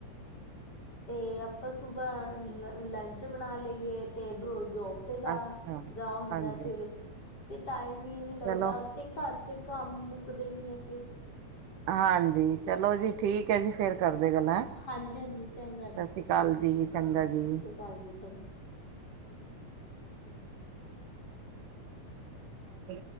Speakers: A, on the left; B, on the right.
A: ਤੇ ਆਪਾਂ ਸੁਬਾਹ ਲ ਲੰਚ ਬਣਾ ਲਈਏ ਤੇ ਜੋ ਤੇ ਜਾ
B: ਅੱਛਾ
A: -ਜਾ ਹੁੰਦਾ,
B: ਹਾਂਜੀ
A: ਫਿਰ ਤੇ ਟਾਈਮ ਹੀ ਨਹੀਂ
B: ਚਲੋ
A: ਲੱਗਦਾ ਤੇ ਘਰ ਚ ਕੰਮ ਮੁੱਕਦੇ ਨੀ ਹੈ ਫਿਰ।
B: ਹਾਂਜੀ। ਚਲੋ ਜੀ ਠੀਕ। ਠ ਜੀ ਫੇਰ ਕਰਦੇ, ਗੱਲਾਂ ਸਤਿ
A: ਹਾਂਜੀ ਹਾਂਜੀ ਚੰਗਾ
B: ਸ੍ਰੀ ਅਕਾਲ ਜੀ ਚੰਗਾ ਜੀ।
A: ਚੱਲ ਜੀ ਸ ਜ।
B: ਵੇ।